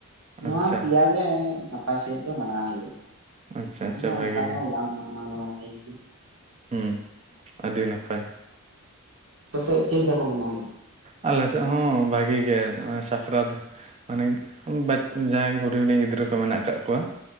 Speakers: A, on the right (about 70°); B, on the right (about 30°).
A: ᱱᱚᱣᱟ
B: ᱟᱪᱪᱷᱟ
A: ᱯᱮᱭᱟ ᱜᱮ ᱱᱟᱯᱟᱭ ᱥᱟᱹᱦᱤᱡ ᱫᱚ ᱢᱟᱱᱟᱣ ᱦᱩᱭᱩᱜᱼᱟ
B: ᱟᱪᱪᱷᱟ
A: ᱮᱠᱷᱟᱱ
B: ᱟᱪᱪᱷᱟ
A: ᱫᱚ
B: ᱵᱷᱟᱜᱮ
A: ᱚᱱᱠᱟ
B: ᱜᱮ
A: ᱫᱚ ᱵᱟᱝ ᱢᱟᱱᱟᱣ ᱦᱩᱭᱩᱜ
B: ᱦᱩᱸ ᱟᱹᱰᱤ ᱱᱟᱯᱟᱭ᱾
A: ᱯᱮ ᱥᱮᱫ ᱪᱮᱫ ᱞᱮᱠᱟ ᱠᱚ ᱢᱟᱱᱟᱭ ᱜᱮ
B: ᱟᱞᱮ ᱥᱮᱫ ᱦᱚᱸ ᱵᱷᱟᱜᱤ ᱜᱮ ᱥᱟᱠᱨᱟᱛ ᱢᱟᱱᱮ ᱵᱟᱠ ᱡᱟᱦᱟᱸᱭ ᱦᱩᱰᱤᱧ ᱦᱩᱰᱤᱧ ᱜᱤᱫᱽᱨᱟᱹ ᱠᱚ ᱢᱮᱱᱟᱜ ᱠᱟᱜ ᱠᱚᱣᱟ